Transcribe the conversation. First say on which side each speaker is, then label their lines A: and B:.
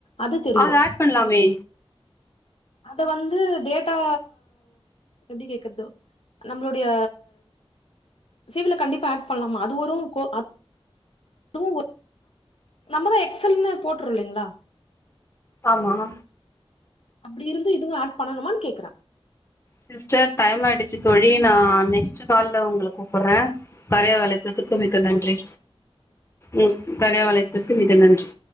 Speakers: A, on the left; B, on the left.
A: அது தெரியும்
B: அத ஆட் பண்லாமே
A: அத வந்து டேட்டா எப்டி கேக்குறது நம்மளுடைய சி வில கண்டிப்பா ஆட் பண்ணலாமா அது ஒரு கோ அதுவும் நம்மதான் எக்ஸெல்னு போட்டுறோம் இல்லங்களா
B: ஆமா
A: அப்டி இருந்து இதுவு ஆட் பண்ணணுமான்னு கேக்குறே
B: சிஸ்டர் டைம் ஆயிடுச்சு தோழி நா நெக்ஸ்ட் கால்ல உங்கள கூப்பிடுறே கார்யாவ அழைத் ததுக்கு மிக்க நன்றி ம் கார்யாவ அழைத்தது க்கு மிக நன்றி